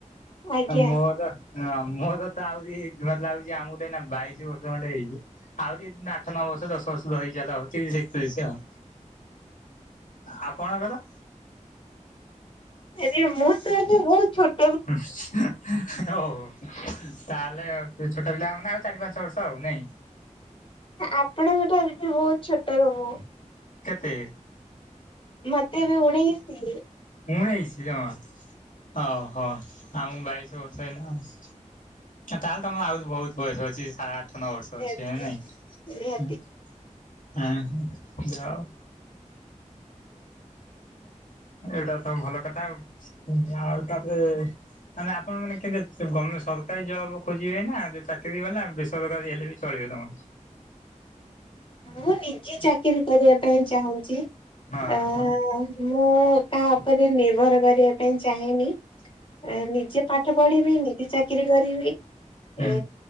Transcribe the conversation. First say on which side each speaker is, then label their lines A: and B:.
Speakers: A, on the left; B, on the left.
A: ଆଜ୍ଞା
B: ଆ ମୋର ଅ ମୋରତ ଆଉରି ଲାଗୁଛି ଆମକୁ ତ ଏଇନା ବାଇଶି ବର୍ଷ ଖଣ୍ଡେ ହେଇଚି। ଆହୁରି ଆଠ ନଅ ବର୍ଷ ଦଶ ବର୍ଷ ଧରିଚାଲ ଆଉ ତିରିଶି ଏକତିରିଶି ଆଉ। ଆପଣଙ୍କର?
A: ଆରେ ମୁଁତ ଏବେ ବହୁତ୍ ଛୋ
B: ଆଚ୍ଛା। ଓହୋ ତାହେଲେ ଆ ତୁଛୋଟ ପିଲାମାନେ ଆଉ ଚାରି ପାଞ୍ଚ ବର୍ଷ ଆଉ ନାଇଁ?
A: ଆପଣଙ୍କ ଠାରୁବି ବହୁତ୍ ଛୋଟ ହେବି ମୁଁ।
B: କେତେ?
A: ମତେ ଏବେ ଉଣେଇସି।
B: ଉଣେଇସି ଜମା ଓହୋ ଆମକୁ ବାଇଶ ବର୍ଷ ଏଇନା ଆଉ। ତାହଲେ ତମର ଆଉ ବହୁତ୍ ବୟସ ଅଛି ସା ଆଠ ନଅ ବର୍ଷ
A: ନିହାତି
B: ଅଛି ନାଇଁ
A: ନିହାତି।
B: ଉହୁଁ ଯାହଉ ଏଇଟାତ ଭଲ କଥା ଆଉ ତାପରେ ମାନେ ଆପଣମାନେ କେ ଗମେ ସରକାରୀ ଜବ୍ ଖୋଜିବେନା ଚାକିରୀ ବାଲା ବେସରକାରୀ ହେଲେ ବି ଚଳିବ ତମର।
A: ମୁଁ ନିଜେ ଚାକିରି କରିବା ପାଇଁ ଚାହୁଁଚି
B: ହଁ
A: ଅ
B: ହଁ
A: ମୁଁ କାହା ଉପରେ ନିର୍ଭର କରିବା ପାଇଁ ଚାହେଁନି
B: ହଁ
A: ନିଜେ ପାଠ ପଢିବି ନିଜେ ଚାକିରି କରିବି।
B: ହୁଁ।
A: ଏ